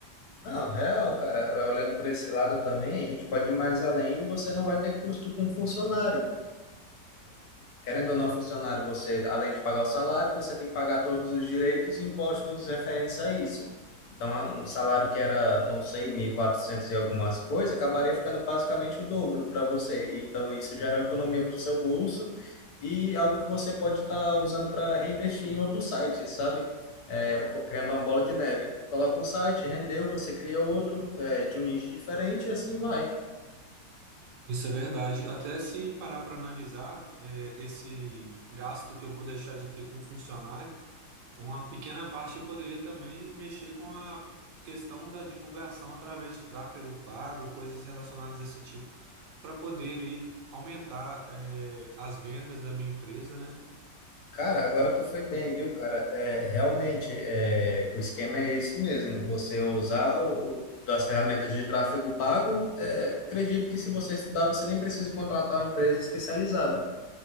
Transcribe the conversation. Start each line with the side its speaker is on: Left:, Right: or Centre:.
Left: Não, real, cara, olhando por esse lado também, a gente pode ir mais além e você não vai ter custo com funcionário. Querendo ou não, funcionário, você, além de pagar o salário, você tem que pagar todos os direitos e impostos referentes a isso. Então, um salário que era, não sei, 1.400 e algumas coisas, acabaria ficando basicamente o dobro para você. Então, isso gera uma economia para o seu bolso e algo que você pode estar usando para reinvestir em outros sites, sabe? É, co- criando uma bola de neve. Coloca um site, rendeu, você cria outro, é, de um nicho diferente e assim vai.
Right: Isso é verdade. Até se parar para analisar, é, esse gasto que eu vou deixar de ter com um funcionário. Uma pequena parte eu poderia também mexer com a questão da divulgação através de tráfego pago, coisas relacionadas a esse tipo, para poder ali aumentar eh, as vendas da minha empresa, né?
Left: Cara, agora tu foi bem, viu, cara? É, realmente, é, o esquema é esse mesmo. Você usar o- das ferramentas de tráfego pago, é, acredito que se você estudar, você nem precisa contratar uma empresa especializada.